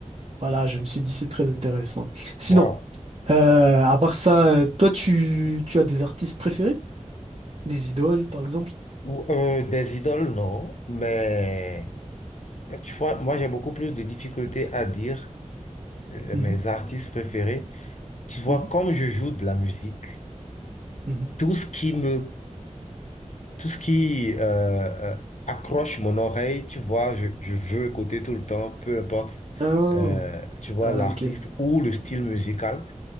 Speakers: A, on the right (about 50°); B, on the left (about 65°).
A: voilà, je me suis dit c'est très intéressant. Sinon,
B: wow.
A: euh, à part ça, euh, toi, tu, tu as des artistes préférés? Des idoles, par exemple?
B: Ou- euh, des idoles, non, mais. Euh, Tu vois, moi, j'ai beaucoup plus de difficultés à dire euh,
A: Mhm,
B: mes artistes préférés. Tu vois,
A: mhm,
B: comme je joue de la musique,
A: mhm.
B: tout ce qui me, tout ce qui euh, euh, accroche mon oreille, tu vois, je, je veux écouter tout le temps, peu importe,
A: Ah,
B: euh, tu vois,
A: ah,
B: l'artiste
A: ok.
B: ou le style musical.